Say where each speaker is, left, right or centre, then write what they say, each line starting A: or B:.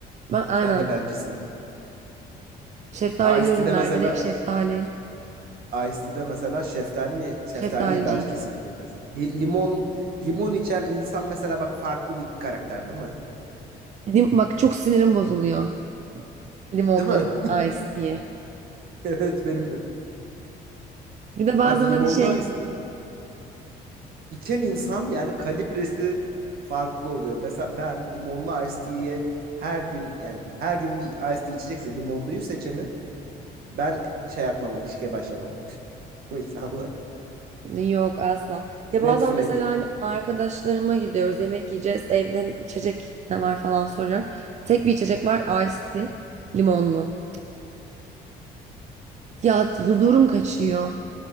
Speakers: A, on the right; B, on the right.
A: Ben aynen
B: Sen de bencisin.
A: şeftalili
B: Iced
A: ürünler
B: Tea'de mesela
A: direkt şeftali.
B: Iced Tea'de mesela şeftali mi şeftaliyi
A: Şeftaliciyim.
B: daha kesinlikle içersin. Li- limon limon içen insan mesela bak farklı bir karakter değil mi?
A: Lim- bak çok sinirim bozuluyor. Limonlu
B: Değil mi? <laughs>
A: ice diye.
B: Evet benim de.
A: Bir de bazen
B: Bak limonlu
A: hani şey
B: Iced Tea İçen insan yani kalibresi farklı oluyor. Mesela ben limonlu iced tea'ye her gün yani her gün bir iced tea içecekse limonluyu seçeni ben şey yapmam ilişkiye başlamam. Bu insanla.
A: Yok asla.
B: <laughs>
A: Ya
B: Red
A: bazen
B: flag.
A: mesela hani arkadaşlarıma gidiyoruz yemek yiyeceğiz evden içecek ne var falan soruyorum. Tek bir içecek var iced tea limonlu. Ya huzurum kaçıyor.